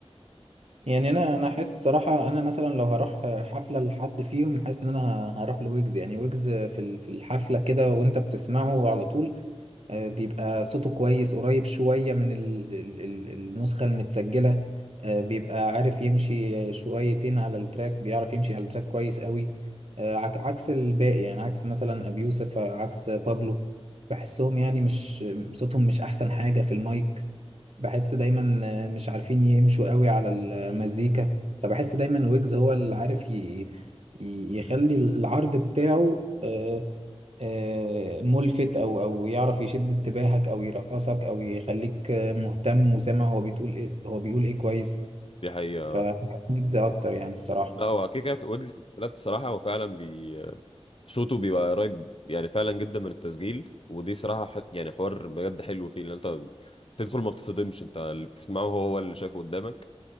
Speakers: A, on the right; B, on the left.
A: يعني انا انا احس صراحه انا مثلا لو هروح حفله لحد فيهم حاسس ان انا ه- هروح لويجز يعني ويجز في ال- في الحفله كده وانت بتسمعه على طول آه، بيبقى صوته كويس قريب شويه من ال ال ال النسخه المتسجله آه، بيبقى عارف يمشي شويتين على التراك بيعرف يمشي على التراك كويس قوي آه، عك- عكس الباقي يعني عكس مثلا ابي يوسف آه، عكس بابلو بحسهم يعني مش صوتهم مش احسن حاجه في المايك بحس دايما مش عارفين يمشوا قوي على المزيكا فبحس دايما ويجز هو اللي عارف ي... ي- يخلي العرض بتاعه آه، آه، ملفت او او يعرف يشد انتباهك او يرقصك او يخليك مهتم وسامع هو بتقول ايه هو بيقول ايه كويس
B: دي حقيقه
A: فبحب ويجز اكتر يعني الصراحة
B: لا هو كده كده في ويجز في الحفلات الصراحه هو فعلا بي صوته بيبقى قريب يعني فعلا جدا من التسجيل ودي صراحة ح... يعني حوار بجد حلو فيه لان انت تدخل ما بتصدمش انت اللي بتسمعه هو هو اللي شايفه قدامك